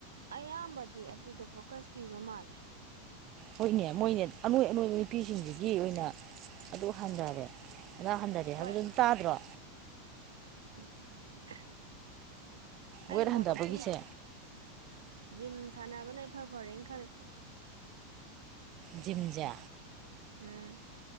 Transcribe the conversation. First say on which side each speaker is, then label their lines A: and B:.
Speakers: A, on the right; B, on the right.
A: ꯑꯌꯥꯝꯕꯗꯤ ꯑꯗꯨꯗ ꯐꯣꯀꯁ ꯄꯤꯕ ꯃꯥꯜꯂꯦ
B: ꯍꯣꯏꯅꯦ ꯃꯣꯏꯅꯦ ꯑꯅꯣꯏ ꯑꯅꯣꯏꯕ ꯅꯨꯄꯤꯁꯤꯡꯁꯤꯒꯤ ꯑꯣꯏꯅ ꯑꯗꯨ ꯍꯟꯗꯔꯦ ꯑꯗꯥ ꯍꯟꯗꯔꯦ
A: ꯍꯣꯏ
B: ꯍꯥꯏꯕꯗꯨ ꯑꯗꯨꯝ ꯇꯥꯗ꯭ꯔꯣ
A: <inaudible>
B: ꯋꯦꯠ
A: ꯃꯣꯠꯇꯗꯤ
B: ꯍꯟꯗꯕꯒꯤꯁꯦ
A: ꯖꯤꯝ ꯁꯥꯟꯅꯕꯅ ꯏꯐ ꯐꯔꯦꯅ ꯈꯜꯂꯦ
B: ꯖꯨꯤꯝꯖꯦ
A: ꯎꯝ